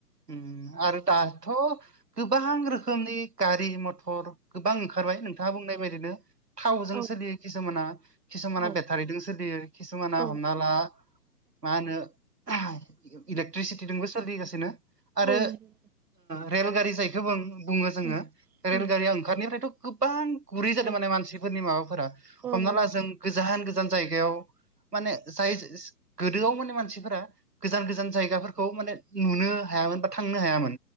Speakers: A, on the right; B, in the centre.
A: ओम आरो दाथ' गोबां रोखोमनि गारि मथर गोबां ओंखारबाय नोंथाङा बुंनाय बायदिनो थावजों
B: औ
A: सोलियो किसुमाना किसुमाना
B: औ
A: बेटारिजों सोलियो किसुमाना
B: औ
A: हमना ला मा होनो इलेक्ट्रिसिटिजोंबो सोलिगासिनो आरो
B: नंगौ
A: रेलगारि जायखौ बुङो जोङो
B: उम उम
A: रेलगारि ओं ओंखारनिफ्रायथ' गोबां गुरै जादों
B: औ
A: माने मानसिफोरनि माबा फोरा
B: औ
A: हमना
B: औ उम
A: ला जों गोजान गोजान जायगायाव माने जाय गोदोआव माने मानसिफोरा गोजान गोजान जायगाफोरखौ माने नुनो हायामोन बा थांनो हायामोन